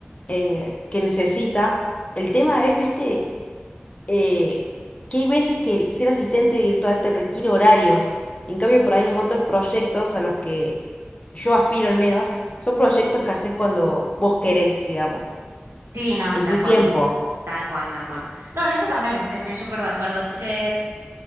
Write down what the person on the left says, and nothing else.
eh, que necesita. El tema es, viste eh, que hay veces que el ser asistente virtual te requiere horarios. En cambio, por ahí los otros proyectos a los que yo aspiro al menos, son proyectos que haces cuando vos querés, digamos,
en
tu
tiempo.